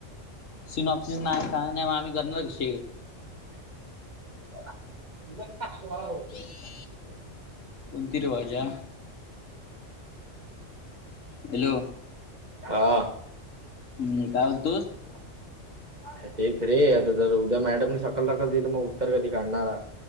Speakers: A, on the left (about 80°); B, on the right (about 35°).
A: सिन ऑप्सन नाही काय नाही म आम्ही करणार कशे.
B: <inaudible>
A: <inaudible> तीर वाजा. हॅलो
B: हां.
A: काय
B: <inaudible>
A: बोलतोस
B: तेच रे आता जर उद्या मॅडमने सकल दाखल दिलं मग उत्तर कधी काढणारा.